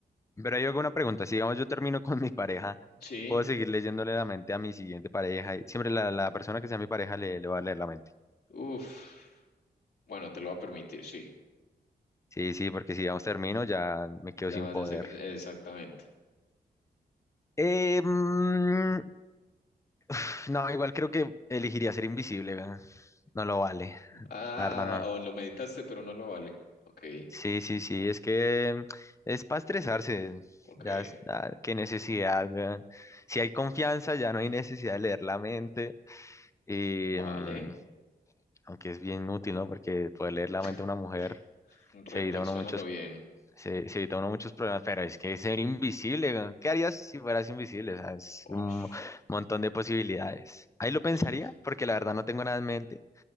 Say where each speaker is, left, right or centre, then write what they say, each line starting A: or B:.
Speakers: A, on the left; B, on the left.
A: Pero hay alguna pregunta. Si digamos yo termino con mi pareja,
B: sí,
A: ¿puedo seguir leyéndole la mente a mi siguiente pareja? Y siempre la, la persona que sea mi pareja le, le va a leer la mente.
B: uff, bueno, te lo va a permitir, sí,
A: Sí, sí, porque si digamos termino ya me quedo
B: ya,
A: sin poder.
B: ya sé, que- exactamente.
A: Eh, mm, pf, no, igual creo que elegiría ser invisible. weón. No lo vale.
B: Ah,
A: La verdad no.
B: o lo meditaste, pero no lo vale. Ok,
A: Sí, sí, sí. Es que es para estresarse.
B: ok,
A: Ya, es- ya, qué necesidad, weón. Si hay confianza, ya no hay necesidad de leer la mente. Em,
B: vale,
A: aunque es bien útil, ¿no? Porque poder leer la
B: <laughs>
A: mente de una mujer
B: reflexiónalo
A: se evita uno muchos,
B: bien.
A: se, se evita uno muchos problemas, pero es que ser invisible, weón, ¿qué harías si fueras invisible? O sea, es
B: Ush.
A: un montón de posibilidades. Ahí lo pensaría,
B: Uf,
A: porque la verdad no tengo nada en mente,